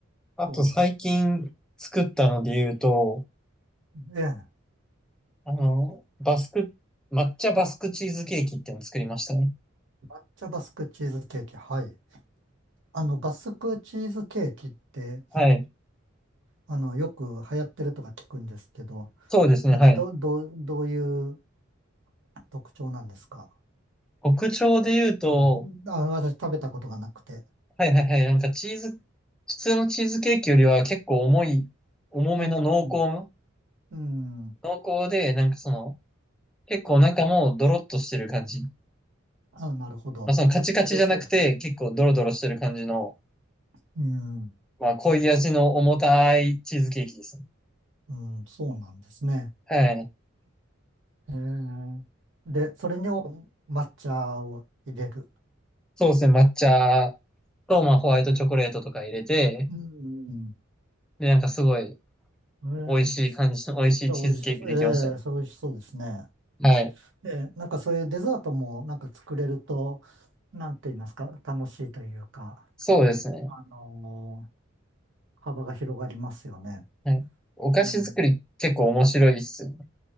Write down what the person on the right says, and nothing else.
そうです。ええ
抹茶バスクチーズケーキ。はい。あの、バスクチーズケーキって、
あの、よく流行ってるとか聞くんですけど、
なんかど、
どう、どういう特徴なんですか
多分、あ、私食べたことがなくて。
うん、うん。
あ、なるほど。
そう、そう、
うん、
うん、そうなんですね。
へえ。で、それにお抹茶を入れる。
うん、
え
え、
それ美味しそう。ええ、それ美味しそうですね。
で、なんかそういうデザートもなんか作れると、なんて言いますか、楽しいというか、
あのー幅が広がりますよね。
ええ、